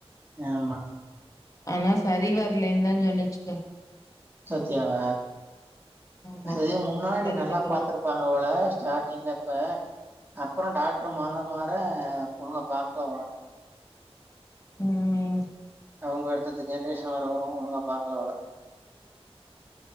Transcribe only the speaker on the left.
ஆனா சரி வரலன்ன தான் சொன்னிச்சுதான்
ஆமா
அதுக்கு
சரி
வரலயா
உம்